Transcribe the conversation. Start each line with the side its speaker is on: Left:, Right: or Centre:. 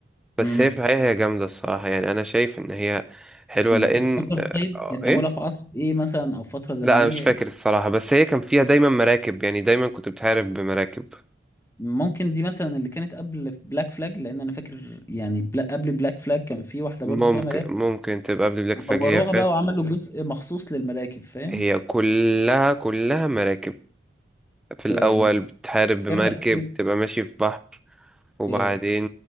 Centre: بس
Left: امم
Centre: هي في الحقيقه هي جامده الصراحه يعني انا شايف ان هي حلوه لان
Left: تفتكر
Centre: آه،
Left: طيب
Centre: آه،
Left: كانت
Centre: ايه
Left: معمولة في عصر إيه مثلا أو فترة زمنية
Centre: لا انا مش فاكر
Left: إيه
Centre: الصراحة بس هي كان فيها دايما مراكب يعني دايما كنت بتحارب بمراكب
Left: ممكن دي مثلا اللي كانت قبل بلاك فلاج لان انا فاكر يعني بلا قبل بلاك فلاج كان في واحده
Centre: ممكن
Left: برضو فيها مراكب
Centre: ممكن تبقى قبل بلاك
Left: وطوروها
Centre: فlag هي فات
Left: بقى وعملوا جزء مخصوص للمراكب فاهم
Centre: هي كلها كلها مراكب في
Left: اوكي
Centre: الاول
Left: انا مش
Centre: بتحارب بمركب
Left: فاكرها أوي.
Centre: تبقى ماشي في بحر وبعدين
Left: اوكي